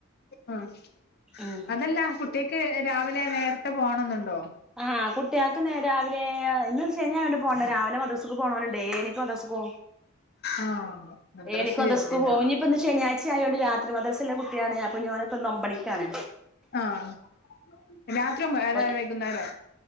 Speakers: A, on the left; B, in the centre.
A: ആഹ്
B: ഉം
A: അതല്ല കുട്ടിക്ക് രാവിലെ നേരത്തെ പോണന്നുണ്ടോ
B: ആഹ് കുട്ടികൾക്ക് ഇന്ന് രാവിലെ ഇന്ന് ശനിയായൊണ്ട് പോവണ്ട- രാവിലെ മദ്രസക്ക് പോണവാനുണ്ടേ എനിക്ക് <unintelligible> പോ
A: ആഹ് മദ്രസ
B: എനിക്ക്
A: ചേർത്തിനാ
B: സ്കൂ പോയിഞ്ഞ ഇപ്പോ ഒന്ന് ശനിയാഴ്ച ആയോണ്ട് രാത്- അത് മദർസേ കുട്ടിയാണ് അപ്പൊ ഓനിപ്പോ ഒൻപത് മണിക്കാണ്
A: ആഹ് രാത്രി അതായത്
B: റ്റ
A: വൈകുന്നേരം